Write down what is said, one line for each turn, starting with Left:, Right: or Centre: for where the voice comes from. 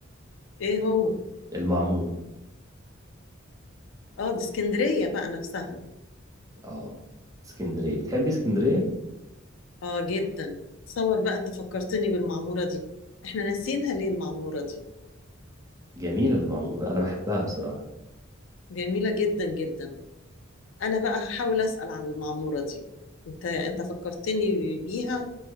Left: إيه هو؟
Right: المعموره
Left: اه دي اسكندرية بقى نفسها
Right: اه اسكندريه بتحبي اسكندريه
Left: اه جدا تصور بقى انت فكرتني بالمعمورة دي احنا ناسيينها ليه المعمورة دي
Right: جميلة المعمورة أنا بحبها بصراحة
Left: جميلة جدا جدا انا بقى هحاول اسأل عن المعمورة دي انت انت فكرتني بيها